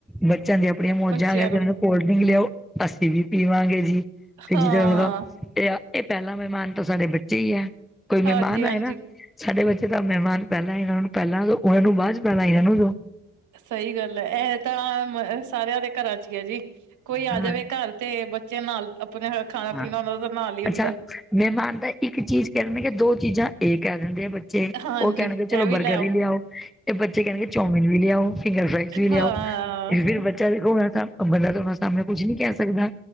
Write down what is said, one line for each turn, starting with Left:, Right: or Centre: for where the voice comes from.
Centre: ਬੱਚਿਆਂ ਦੀਆਂ ਆਪਣੀਆਂ ਮੌਜਾਂ
Right: ਬੱਚਿਆਂ
Centre: ਕਹਿੰਦੇ
Right: ਨੂੰ
Centre: ਨੇ ਕੋਲਡ ਡਰਿੰਕ ਲਿਆਓ ਅਸੀਂ ਵੀ ਪੀਵਾਂਗੇ ਜੀ ਫਿਰ
Right: ਹਾਂ
Centre: ਜਿਧਰ ਹੋਗਾ ਤੇ ਇਹ ਪਹਿਲਾਾਂ ਮਹਿਮਾਨ ਤਾਂ ਸਾਡੇ ਬੱਚੇ ਹੀ ਹੈ ਕੋਈ ਮਹਿਮਾਨ
Right: ਹਾਂਜੀ ਹਾਂਜੀ
Centre: ਆਏ ਨਾ ਸਾਡੇ ਬੱਚੇ ਤਾਂ ਮਹਿਮਾਨ ਪਹਿਲਾਂ ਇਹਨਾਂ ਨੂੰ ਪਹਿਲਾਂ ਉਹਨਾਂ ਨੂੰ ਬਾਅਦ ਚ ਪੈਲ ਇਹਨਾਂ ਨੂੰ ਦੋ
Right: ਸਹੀ ਗੱਲ ਹੈ ਇਹ ਤਾਂ ਸਾਰਿਆਂ ਦੇ ਘਰਾਂ ਚ ਹੀ ਹੈ ਜੀ ਕੋਈ
Centre: ਹਾਂ
Right: ਆ ਜਾਵੇ ਘਰ ਤੇ ਬੱਚੇ ਨਾਲ ਆਪਣਾ ਖਾਣਾ
Centre: ਹਾਂ
Right: ਪੀਣਾ ਉਹਨਾ ਦਾ ਤਾਂ ਨਾਲ ਹੀ ਹੁੰਦਾ।
Centre: ਅੱਛਾ ਮਹਿਮਾਨ ਤਾਂ ਇੱਕ ਚੀਜ਼ ਕਹਿਦੇ ਆ ਦੋ ਚੀਜ਼ਾਂ ਇਹ ਕਹਿ ਦਿੰਦੇ ਆ ਬ ਬੱਚੇ
Right: ਹਾਂਜੀ
Centre: ਉਹ ਕਹਿਣਗੇ
Right: ਇਹ
Centre: ਚਲੋ ਬਰਗਰ
Right: ਲੈ ਆਓ
Centre: ਵੀ ਲਿਆਓ ਤੇ ਬੱਚੇ ਕਹਿਣਗੇ ਚੌਮਿਨ ਵੀ ਲਿਆਓ ਫਿੰਗਰ ਫਰਾਈ ਤੁਸੀ ਵੀ
Right: ਹਾਂ।
Centre: ਲਿਆਓ ਫਿਰ ਬੱਚਾ ਦੇਖੋ ਤਾਂ ਬੰਦਾ ਤਾਂ ਉਹਨਾਂ ਸਾਹਮਣੇ ਕੁਛ ਨੀ ਕਹਿ ਸਕਦਾ